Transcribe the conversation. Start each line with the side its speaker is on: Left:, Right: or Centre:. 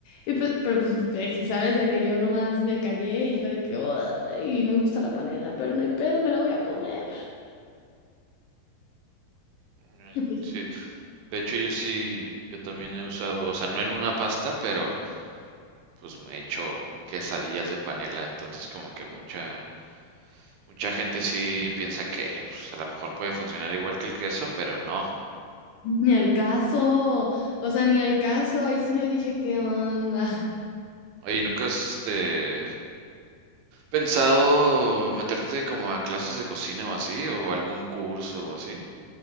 Left: Y pues, pero pues X, ¿sabes? De que yo nomás me callé y fue de que, y no me gusta la panela, pero no hay pedo, me la voy a comer.
Right: Ay,
Left: Y pues,
Right: Sí, de hecho yo sí, yo también he usado, o sea, no en una pasta, pero pues me he hecho quesadillas de panela, entonces como que mucha, Mucha gente sí piensa que pues, a lo mejor puede funcionar igual que el queso, pero no.
Left: ni al caso, o sea, ni al caso, ahí sí yo dije, ¿qué onda? <laughs>
Right: Oye, ¿nunca has este, pensado meterte como a clases de cocina o así? ¿O algún curso o así?